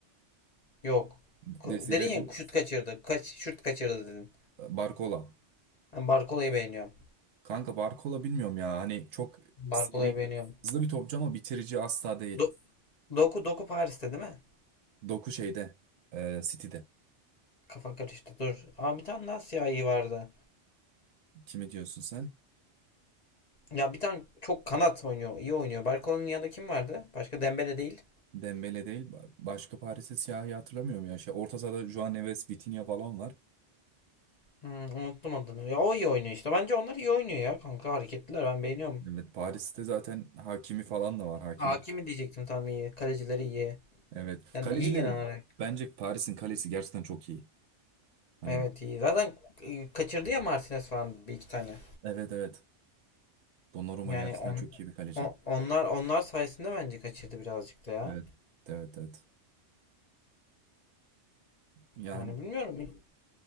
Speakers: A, on the left; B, on the right.
A: Yok.
B: Desire
A: Ku- Dedin ya
B: Du-
A: şut kaçırdı. Kaç şut kaçırdı dedin.
B: Barcola.
A: Ben Barkola'yı beğeniyorum.
B: Kanka Barkola bilmiyorum ya. Hani çok
A: Barkola'yı
B: seri,
A: beğeniyorum.
B: hızlı bir topçu ama bitirici asla değil.
A: Do- Doku Doku Paris'te değil mi?
B: Doku şeyde, e, City'de.
A: Kafa karıştı. Dur. Aa bir tane daha siyahi vardı.
B: Kimi diyorsun sen?
A: Ya bir tane çok kanat oynuyor. İyi oynuyor. Barkola'nın yanında kim vardı? Başka Dembele değil.
B: Dembele değil. ba- Başka Paris'te siyahi hatırlamıyorum ya. Şey, orta sahada Juan Neves, Vitinha falan var.
A: Hmm, unuttum adını. Ya o iyi oynuyor işte. Bence onlar iyi oynuyor ya kanka. Hareketliler ben beğeniyorum.
B: Evet, Paris'te zaten Hakimi falan da var. Hakimi.
A: Hakimi diyecektim tam iyi. Kalecileri iyi.
B: Evet.
A: Yani
B: Kalecilerim.
A: iyi genel olarak.
B: Bence Paris'in kalesi gerçekten çok iyi. Hani
A: Evet iyi. Zaten e, kaçırdı ya Martinez falan bir iki tane.
B: evet evet. Donnarumma
A: Yani
B: gerçekten
A: on,
B: çok iyi bir kaleci.
A: o- onlar onlar sayesinde bence kaçırdı birazcık da ya.
B: Evet. Evet evet. Yani
A: Yani bilmiyorum.